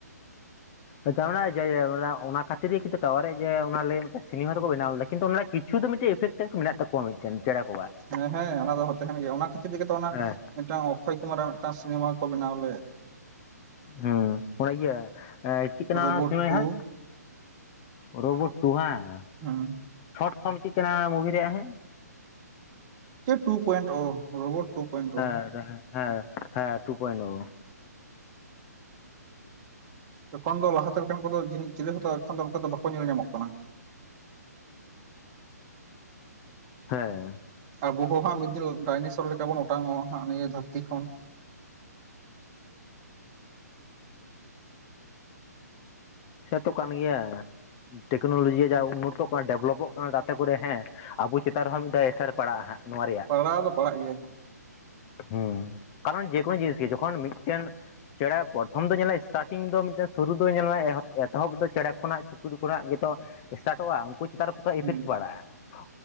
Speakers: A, on the left; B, on the right.
A: ᱟᱪᱷᱟ ᱚᱱᱟ ᱡᱮ ᱢᱟᱱᱮ ᱚᱱᱟ ᱠᱷᱟᱹᱛᱤᱨ ᱜᱮ ᱚᱱᱟ ᱠᱷᱟᱹᱛᱤᱨ ᱜᱮ ᱠᱤᱱᱛᱩ ᱴᱟᱣᱟᱨᱮ ᱚᱱᱟ ᱞᱟᱹᱜᱤᱫ ᱥᱤᱱᱤᱢᱟ ᱨᱮᱠᱚ ᱵᱮᱱᱟᱣ ᱞᱮᱫᱟ ᱠᱤᱱᱛᱩ ᱚᱱᱟ ᱠᱤᱪᱷᱩ ᱫᱚ ᱢᱤᱫᱴᱮᱡ ᱤᱯᱷᱮᱠᱴ <unintelligible> ᱴᱮᱠ ᱢᱮᱱᱟᱜ ᱛᱟᱠᱚᱣᱟ ᱢᱤᱫ। ᱪᱮᱱ ᱪᱮᱸᱬᱮ ᱠᱚ।
B: ᱦᱮᱸ ᱦᱮᱸ ᱚᱱᱟ ᱫᱚ ᱦᱚᱸ ᱛᱟᱦᱮᱱ ᱜᱮᱭᱟ ᱚᱱᱟ ᱠᱷᱟᱹᱛᱤᱨ ᱛᱮᱜᱮ ᱛᱚ ᱚᱱᱟ
A: ᱦᱮᱸ
B: ᱢᱤᱫᱴᱟᱝ ᱚᱠᱠᱷᱚᱭ ᱠᱩᱢᱟᱨᱟᱜ ᱢᱤᱫᱴᱟᱝ ᱥᱤᱱᱮᱢᱟ ᱠᱚ ᱵᱮᱱᱟᱣ ᱞᱮᱫ।
A: ᱦᱮᱸ ᱚᱱᱟ ᱤᱭᱟᱹ ᱮ ᱪᱮᱫ ᱠᱟᱱᱟ
B: ᱨᱳᱵᱳᱴ
A: ᱚᱱᱟ ᱥᱤᱱᱮᱢᱟ
B: ᱴᱩ
A: ᱦᱟᱸᱜ? ᱨᱳᱵᱳᱴ ᱴᱩ ᱵᱟᱝ।
B: ᱦᱩᱸ।
A: ᱥᱚᱨᱴ ᱯᱷᱚᱨᱚᱢ ᱪᱮᱫ ᱠᱟᱱᱟ ᱢᱩᱵᱷᱤ ᱨᱮᱭᱟᱜ ᱦᱮᱸ?
B: ᱪᱮᱫ two point o. Robot two point.
A: ᱦᱮᱸ
B: ᱳ
A: ᱦᱮᱸ ᱦᱮᱸ ᱴᱩ ᱯᱚᱭᱮᱱᱴ ᱳ।
B: ᱮᱠᱷᱚᱱ ᱫᱚ ᱞᱟᱦᱟᱛᱮ ᱞᱮᱠᱟᱱ ᱠᱚᱫᱚ ᱡᱟᱹᱱᱤᱡ ᱪᱤᱞᱤ ᱦᱚᱸᱛᱚ ᱮᱠᱷᱚᱱ ᱫᱚ ᱚᱱᱠᱟ ᱫᱚ ᱵᱟᱠᱚ ᱧᱮᱞ ᱧᱟᱢᱚᱜ ᱠᱟᱱᱟ।
A: ᱦᱮᱸ।
B: ᱟᱵᱚ ᱦᱚᱸ ᱦᱟᱸᱜ ᱢᱤᱫ ᱫᱤᱱ ᱰᱟᱭᱱᱮᱥᱚᱨ ᱞᱮᱠᱟ ᱵᱚᱱ ᱚᱴᱟᱝᱚᱜ-ᱟ ᱦᱟᱸᱜ ᱱᱤᱭᱟᱹ ᱫᱷᱟᱹᱨᱛᱤ ᱠᱷᱚᱱ।
A: ᱥᱮ ᱛᱚ ᱠᱟᱱ ᱜᱮᱭᱟ। ᱴᱮᱠᱱᱳᱞᱚᱡᱤᱭᱟ ᱡᱟ ᱩᱱᱱᱚᱛᱚᱜ ᱠᱟᱱᱟ ᱰᱮᱵᱷᱞᱚᱯᱚᱜ ᱠᱟᱱᱟ ᱡᱟᱛᱮ ᱠᱚᱨᱮ ᱦᱮᱸ ᱟᱵᱚ ᱪᱮᱛᱟᱱ ᱨᱮᱦᱚᱸ ᱢᱤᱫᱴᱟᱝ ᱮᱥᱮᱨ ᱯᱟᱲᱟᱜ-ᱟ ᱦᱟᱸᱜ ᱱᱚᱣᱟ ᱨᱮᱭᱟᱜ।
B: ᱯᱟᱲᱟᱣ ᱫᱚ ᱯᱟᱲᱟᱜ ᱜᱮᱭᱟ ᱦᱟᱸᱜ
A: ᱦᱩᱸ ᱠᱟᱨᱚᱱ ᱡᱮᱠᱚᱱᱳ ᱡᱤᱱᱤᱥ ᱜᱮ ᱡᱚᱠᱷᱚᱱ ᱢᱤᱫᱴᱮᱱ ᱪᱮᱸᱬᱮ ᱯᱨᱚᱛᱷᱚᱢ ᱫᱚ ᱧᱮᱞᱟ ᱥᱴᱟᱴᱤᱝ ᱫᱚ ᱢᱤᱫᱴᱮᱱ ᱥᱩᱨᱩ ᱫᱚ ᱧᱮᱞᱟᱭ ᱮᱦᱚᱵ ᱮᱛᱚᱦᱚᱵᱽ ᱫᱚ ᱪᱮᱸᱬᱮ ᱠᱷᱚᱱᱟᱜ ᱪᱩᱯᱲᱩ ᱠᱷᱚᱱᱟᱜ ᱜᱮᱛᱚ ᱥᱴᱟᱴᱚᱜ-ᱟ ᱩᱱᱠᱩ ᱪᱮᱛᱟᱱ ᱨᱮ ᱯᱨᱚᱛᱷᱚᱢ
B: ᱦᱩᱸ
A: ᱤᱯᱷᱮᱠᱴ ᱯᱟᱲᱟᱜ-ᱟ।